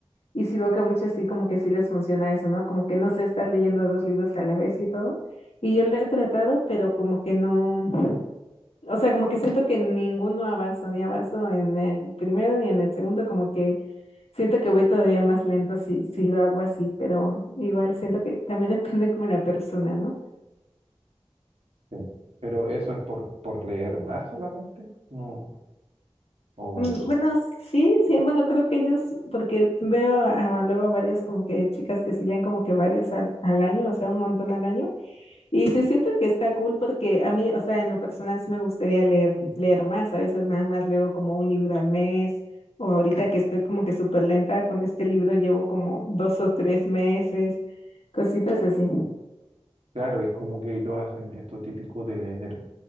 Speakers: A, on the left; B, on the right.
A: y sí veo que a muchos sí como que sí les funciona eso, ¿no? Como que no sé estar leyendo dos libros a la vez y todo, y yo lo he tratado, pero como que no... O sea, como que siento que ninguno avanzó, ni avanzo en el primero ni en el segundo, como que Siento que voy todavía más lento si, si lo hago así, pero igual siento que también <laughs> depende como la persona, ¿no?
B: Sí. Pero eso es por, por leer más solamente. No, o,
A: Mm, Bueno, sí, sí, bueno, creo que ellos, porque veo a- luego varias como que chicas que sí leen como que varios al, al año, o sea, un montón al año, y sí siento que está cool porque a mí, o sea, en lo personal sí me gustaría leer, leer más, a veces nada más leo como un libro al mes, o ahorita que estoy como que súper lenta con este libro, llevo como dos o tres meses, cositas así.
B: claro, es como que ellos hacen esto típico de leer